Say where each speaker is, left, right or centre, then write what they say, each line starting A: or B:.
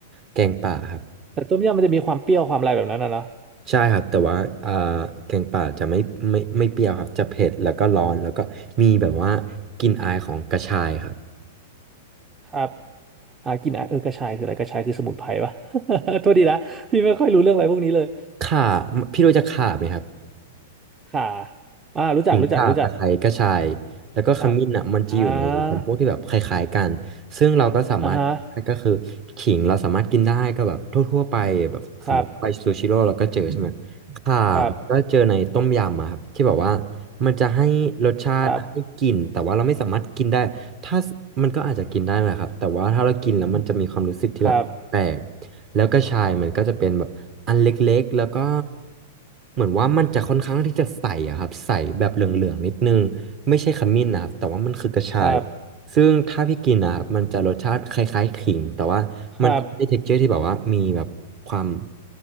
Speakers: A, on the right; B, on the right.
A: แกงป่าครับ
B: แต่ต้มยำมันจะมีความเปรี้ยวความอะไรแบบนั้นนะเนาะ
A: ใช่ครับแต่ว่าอ่าแกงป่าจะไม่ไม่ไม่เปรี้ยวครับจะเผ็ดแล้วก็ร้อนแล้วก็มีแบบว่ากลิ่นอายของกระชายครับ
B: ครับอ่ากินอ่ะเออกระชายคืออะไรกระชายคือสมุนไพรปะ <laughs> โทษทีนะพี่ไม่ค่อยรู้เรื่องอะไรพวกนี้เลย
A: ข่าพี่รู้จักข่าไหมครับ
B: ค่ะอ่ารู้จักรู้จักรู้จัก
A: ขิงข่าตะไคร้กระชายแล้วก็ขมิ้นอ่ะมันจะอยู่ในจำพวกที่แบบคล้ายๆกันซึ่งเราก็สามารถก็คือขิงเราสามารถกินได้ก็แบบทั่วๆไปแบบสมมติไปซูชิโร่เราก็เจอใช่ไหมข่า
B: อ่าอ่าอ่าฮะครับครับ
A: ก็เจอในต้มยำอะครับที่แบบว่ามันจะให้รสชาติให้กลิ่นแต่ว่าเราไม่สามารถกินได้ถ้ามันก็อาจจะกินได้แหละครับแต่ว่าถ้าเรากินแล้วมันจะมีความรู้สึกที่แบบแปลก
B: ครับครับ
A: แล้วกระชายมันก็จะเป็นแบบอันเล็กๆแล้วก็เหมือนว่ามันจะค่อนข้างที่จะใสอะครับใสแบบเหลืองๆนิดนึงไม่ใช่ขมิ้นนะครับแต่ว่ามันคือกระชาย
B: ครับ
A: ซึ่งถ้าพี่กินนะครับมันจะรสชาติคล้ายๆขิงแต่ว่ามันจะได้
B: ครับ
A: texture ที่แบบว่ามีแบบความ